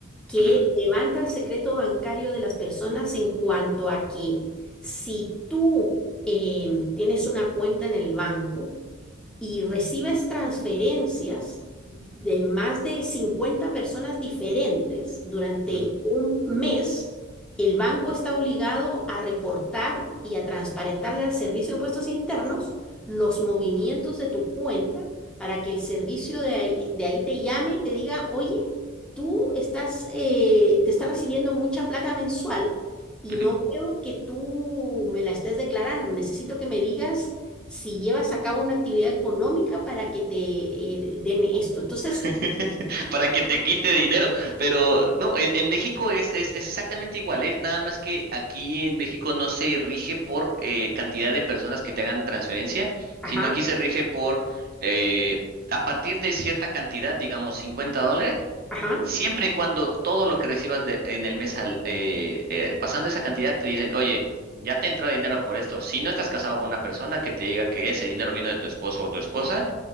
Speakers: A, in the centre; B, on the right.
A: que
B: Ujú,
A: levanta el secreto bancario de las personas en cuanto a que si tú em, tienes una cuenta en el banco, y recibes transferencias de más de 50 personas diferentes durante
B: ujú,
A: un mes, el banco está obligado a reportar y a transparentarle al Servicio de Impuestos Internos los movimientos de tu cuenta para que el servicio de ahí, de ahí te llame y te diga, oye, tú estás, eh, te estás recibiendo mucha plata mensual. Y
B: ujú.
A: no veo que tú me la estés declarando. Necesito que me digas si llevas a cabo una actividad económica para que te eh, den esto. Entonces,
B: <laughs> para que te quite dinero. Pero no, en, en México es, es, es exactamente igual, ¿eh? Nada más que aquí en México no se rige por eh, cantidad de personas que te hagan transferencia,
A: ajá,
B: sino aquí se rige por eh, a partir de cierta cantidad, digamos 50 dólares.
A: ajá.
B: Siempre y cuando todo lo que recibas de- en el mes al- eh, eh, pasando esa cantidad te dicen, oye, ya te entró dinero por esto. Si no estás casado con una persona que te diga que ese dinero vino de tu esposo o tu esposa,